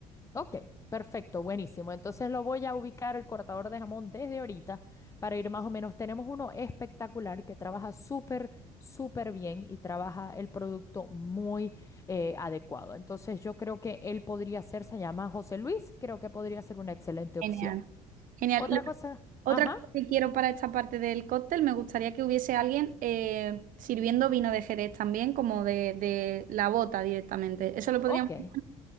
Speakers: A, on the left (about 15°); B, on the right (about 45°).
A: Ok, perfecto, buenísimo. Entonces lo voy a ubicar el cortador de jamón desde ahorita para ir más o menos. Tenemos uno espectacular que trabaja súper, súper bien y trabaja el producto muy eh, adecuado. Entonces yo creo que él podría ser, se llama José Luis, creo que podría ser una excelente
B: Genial.
A: opción.
B: Genial.
A: Otra
B: Lo-
A: cosa,
B: Otra
A: ajá,
B: cosa que quiero para esta parte del cóctel, me gustaría que hubiese alguien eh, sirviendo vino de Jerez también, como de, de la bota directamente. ¿Eso lo podríamos
A: ok.
B: hacer?